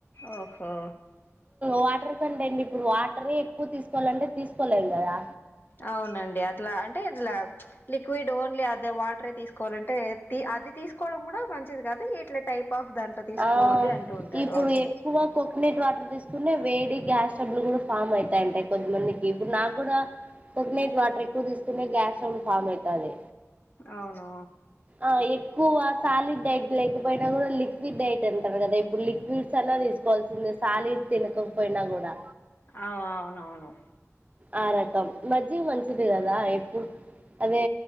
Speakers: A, on the left; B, on the right.
A: ఓహో
B: వాటర్ కంటే అండి ఇప్పుడు వాటర్ ఎక్కువ తీసుకోవాలంటే తీసుకోలేం కదా
A: అవునండి అట్లా అంటే ఇట్లా లిక్విడ్ ఓన్లీ అదే వాటరే తీసుకోవాలంటే తీ అది తీసుకోవడం కూడా మంచిది కాద ఇట్లా టైప్ ఆఫ్ దాంట్లో తీసుకోవాలి
B: ఆ
A: అంటూ ఉంటారు
B: ఇప్పుడు
A: హుమ్
B: ఎక్కువ కోకోనట్ వాటర్ తీసుకునే వేడి గ్యాస్స్టబ్లు కూడా ఫామ్ అవుతాయంటాయి కొంతమందికి ఇప్పుడు నాకు కూడా కోకొనట్ వాటర్ ఎక్కువ తీసుకునే గ్యాస్ ట్రబుల్ ఫామ్ అయితాది
A: అవును
B: ఆ ఎక్కువ సాలిడ్ డైట్ లేకపోయినా కూడా లిక్ క్విడ్ డైట్ అంటారు కదా ఇప్పుడు లిక్విడ్స్ అన్నా తీసుకోవాల్సింద సాలిడ్ తినకకపోయినా కూడా
A: ఆ అవునవును
B: ఆ రకం మజ్జిగ మంచిది కదా ఎప్పుడు అదే